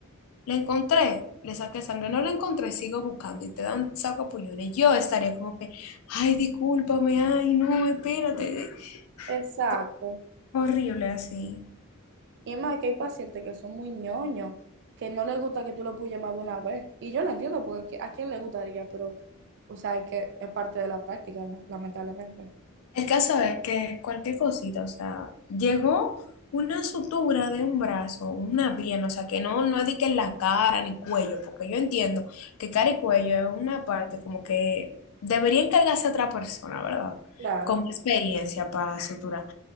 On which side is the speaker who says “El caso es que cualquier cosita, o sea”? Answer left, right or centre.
Left